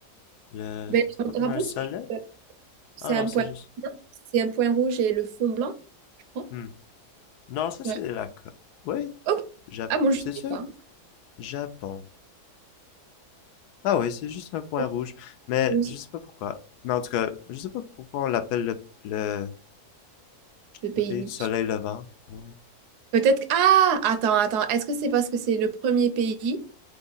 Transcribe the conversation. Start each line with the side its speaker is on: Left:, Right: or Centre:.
Left: Le...
Right: Ben,
Left: C'est pas
Right: le drapeau,
Left: comme un soleil?
Right: c'est juste, euh, c'est
Left: Ah non,
Right: un
Left: c'est
Right: point.
Left: juste...
Right: non C'est un point rouge et le fond blanc, je crois.
Left: Hmm. Non, ça
Right: Ouais.
Left: c'est la... co- Oui,
Right: Ok.
Left: Japon.
Right: Ah bon, je
Left: C'est
Right: sais
Left: ça?
Right: pas.
Left: Japon. Ah oui, c'est juste un point
Right: Oh,
Left: rouge. Mais
Right: oh, c'est
Left: je sais pas pourquoi. Mais en tout cas, je sais pas pourquoi on l'appelle le, le,
Right: Le pays
Left: le pays
Right: du
Left: du soleil
Right: Sud.
Left: levant. Ouais.
Right: Peut-être que... Ah! Attends, attends. Est-ce que c'est parce que c'est le premier pays